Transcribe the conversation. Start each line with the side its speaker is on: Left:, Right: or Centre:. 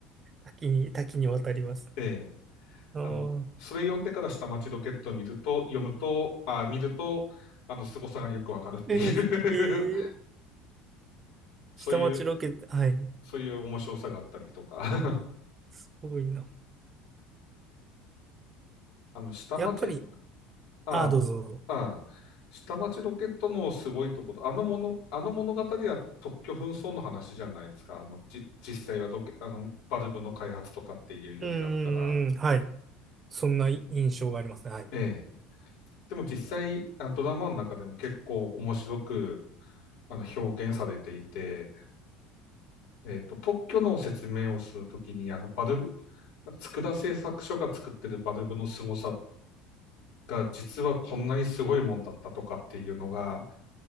Right: 多岐に、多岐にわたりますね。
Left: <laughs> ええ
Right: あ
Left: あの、
Right: あ。
Left: それ読んでから下町ロケットを見ると、読むと、あ、見ると、あの、凄さがよくわかるっていう
Right: <laughs> ええー、
Left: <laughs> そういう、
Right: 下町ロケット。はい。
Left: そういう面白さがあったりとか
Right: すごいな。
Left: <laughs> あの、下町ロ、
Right: やっぱり、
Left: あ、
Right: ああ、どうぞ。
Left: あ、下町ロケットのすごいところ、あのもの、あの物語は特許紛争の話じゃないですか。あの、じ、実際はロケ、あの、バルブの開発とかっていうよりだったら、
Right: うーん。はい。そんな印象がありますね。はい。
Left: ええ。でも実際、あのドラマの中でも結構面白く、あの、表現されていて、えっと、特許の説明をするときに、あの、バルブ、佃製作所が作ってるバルブの凄さが、実はこんなにすごいもんだったとかっていうのが、